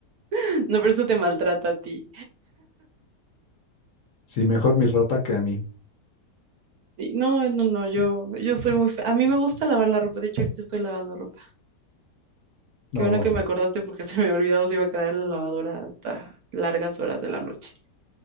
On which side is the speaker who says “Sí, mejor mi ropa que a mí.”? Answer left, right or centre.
Left